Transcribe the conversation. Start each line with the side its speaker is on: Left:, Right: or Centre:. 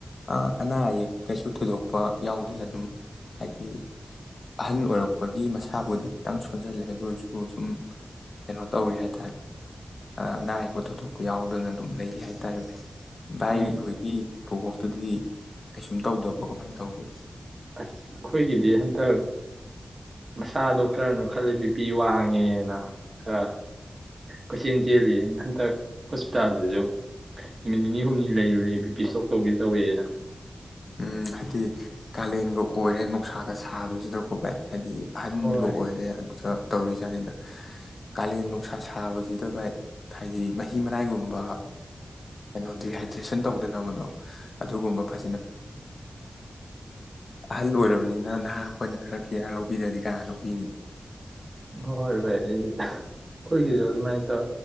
Left: ꯑ ꯑꯅꯥ ꯑꯌꯦꯛ ꯀꯩꯁꯨ ꯊꯣꯏꯗꯣꯛꯄ ꯌꯥꯎꯗꯦ ꯑꯗꯨꯝ ꯍꯥꯏꯗꯤ ꯑꯍꯟ ꯑꯣꯏꯔꯛꯄꯒꯤ ꯃꯁ ꯃꯁꯥꯕꯨꯗꯤ ꯈꯤꯇꯪ ꯁꯣꯟꯖꯜꯂꯦ ꯑꯗꯨꯑꯣ ꯑꯣꯏꯁꯨ ꯁꯨꯝ ꯀꯩꯅꯣ ꯇꯧꯔꯤ ꯍꯥꯏꯇꯥꯔꯦ ꯑꯅꯥ ꯑꯌꯦꯛꯄ ꯊꯣꯗꯣꯛꯄ ꯌꯥꯎꯗꯅ ꯑꯗꯨꯝ ꯂꯩꯔꯤ ꯍꯥꯏꯇꯥꯔꯦ ꯐꯩ ꯚꯥꯏ
Right: ꯎꯝ
Left: ꯍꯣꯏꯒꯤ ꯕꯣꯕꯣꯛ ꯑꯗꯨꯗꯤ ꯀꯩꯁꯨꯝ ꯇꯧꯗꯕ꯭ꯔꯣ ꯀꯃꯥꯏ ꯇꯧꯒꯦ
Right: ꯑꯁ ꯑꯩꯈꯣꯏꯒꯤꯗꯤ ꯍꯟꯇꯛ ꯃꯁꯥꯗꯣ ꯈꯔꯅ ꯅꯣꯏꯈꯠꯂꯦꯕꯤ ꯄꯤ ꯋꯥꯡꯉꯦꯅ ꯈ ꯀꯣꯏꯆꯦꯟ ꯆꯦꯜꯂꯤꯌꯦ ꯍꯟꯇꯛ ꯍꯣꯁꯄꯤꯇꯥꯜꯗꯁꯨ ꯅꯨꯃꯤꯠ ꯅꯤꯅꯤ ꯍꯨꯝꯅꯤ ꯂꯩꯔꯨꯔꯦ ꯕꯤꯄꯤ ꯏꯁꯇꯣꯛ ꯇꯧꯒꯦ ꯇꯧꯋꯦꯅ
Left: ꯎꯝ ꯍꯥꯏꯗꯤ ꯀꯥꯂꯦꯟꯒ ꯑꯣꯏꯔꯦ ꯅꯣꯡꯁꯥꯒ ꯁꯥꯕꯁꯤꯗꯀꯣ ꯚꯥꯏ ꯍꯥꯏꯗꯤ ꯑꯍꯟꯒ
Right: ꯍꯣꯏ
Left: ꯑꯣꯏꯔꯦ ꯆ ꯇꯧꯔꯤꯖꯥꯠꯅꯤꯗ ꯀꯥꯂꯦꯟ ꯅꯨꯡꯁꯥ ꯁꯥꯕꯁꯤꯗ ꯚꯥꯏ ꯍꯥꯏꯗꯤ ꯃꯍꯤ ꯃꯅꯥꯥꯏꯒꯨꯝꯕ ꯀꯩꯅꯣ ꯗꯤꯍꯥꯏꯗ꯭ꯔꯦꯁꯟ ꯇꯧꯗꯅꯕꯗꯣ ꯑꯗꯨꯒꯨꯝꯕ ꯐꯖꯅ ꯑꯍꯜ ꯑꯣꯏꯔꯕꯅꯤꯅ ꯅꯍꯥ ꯑꯩꯈꯣꯏꯅ ꯈꯔ ꯀꯤꯌꯥꯔ ꯂꯧꯕꯤꯗ꯭ꯔꯗꯤ ꯀꯅꯥ ꯂꯧꯕꯤꯅꯤ
Right: ꯍꯣꯍꯣꯏ ꯚꯥꯏ ꯑꯩ ꯑꯩꯈꯣꯏꯒꯤꯁꯨ ꯑꯗꯨꯃꯥꯏ ꯇꯧ